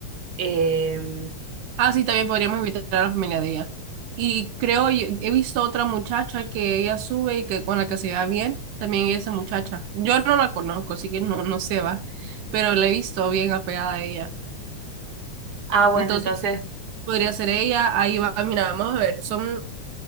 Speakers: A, on the right; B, on the right.
A: Em,
B: Ah, sí, también podríamos invitar a la familia de ella. Y creo, y- he visto otra muchacha que ella sube y que con la que se va bien, también esa muchacha. Yo no la conozco, así que no, no se va, pero la he visto bien apegada a ella.
A: Ah, bueno,
B: Entonces,
A: entonces
B: podría ser ella, ahí va, mira, vamos a ver, son